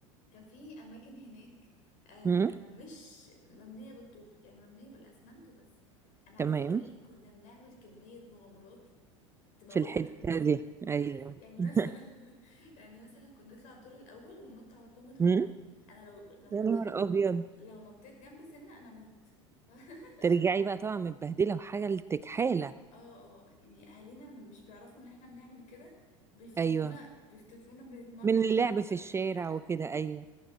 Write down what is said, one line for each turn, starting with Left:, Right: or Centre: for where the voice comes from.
Left: كان في اماكن هناك آه
Right: امم
Left: مش مبنيه بالطوب يعني مبنيه بالاسمنت وبس انا
Right: تمام
Left: عايزه اقول لك كنا بنعمل كميه مغامرات تموتنا
Right: في الحتة دي ايوه
Left: يعني
Right: <laughs>
Left: مثلا <laughs> يعني مثلا كنا نطلع الدور الاول وننط على كومه رمله
Right: امم
Left: انا لو لو
Right: يا
Left: نطيت
Right: نهار أبيض
Left: لو نطيت جنب سنه انا مت <laughs>
Right: ترجعي بقى طبعا متبهدلة وحاجة لتكحالة
Left: اه اه يعني اهالينا مش بيعرفوا ان احنا بنعمل كده بيفتكرونا
Right: ايوه
Left: بيفتكرونا بنتمرمغ
Right: من اللعب
Left: في الرمله
Right: في الشارع
Left: <laughs>
Right: وكده ايوه